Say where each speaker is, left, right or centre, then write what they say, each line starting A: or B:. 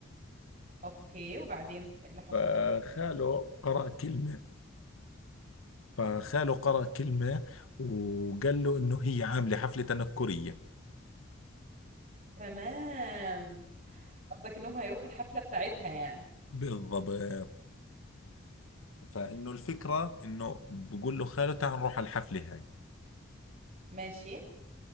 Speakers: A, on the right; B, on the left.
A: اوكي وبعدين ايه اللي حصل
B: فخاله قرأ كلمة فخاله قرأ كلمة وقال له انه هي عاملة حفلة تنكرية
A: تمام قصدك انهم هيروحوا الحفله بتاعتها يعني
B: بالضبط فانه الفكرة انه بقول له خاله تعال نروح على الحفلة هاي
A: ماشي